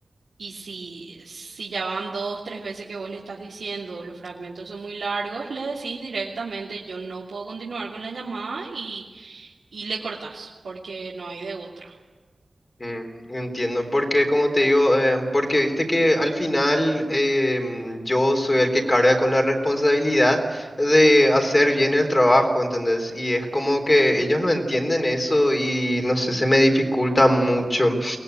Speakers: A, on the right; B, on the left.
A: Y si, si ya van dos, tres veces que vos le estás diciendo, los fragmentos son muy largos, le decís directamente, yo no puedo continuar con la llamada y, y le cortás, porque no hay de otra.
B: Mm, Entiendo, porque como te digo, eh, porque viste que al final em, yo soy el que carga con la responsabilidad de hacer bien el trabajo, ¿entendés? Y es como que ellos no entienden eso y no sé, se me dificulta mucho.